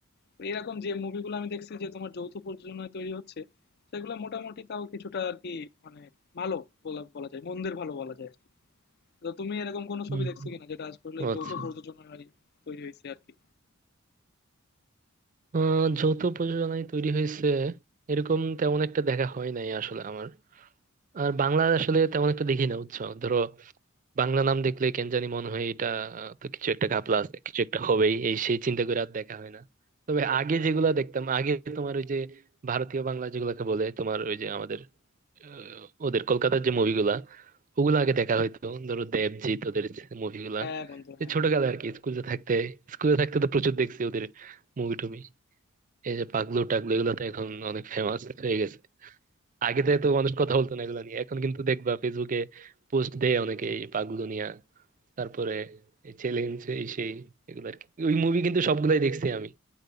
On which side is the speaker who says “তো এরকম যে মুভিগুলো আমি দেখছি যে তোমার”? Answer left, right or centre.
Left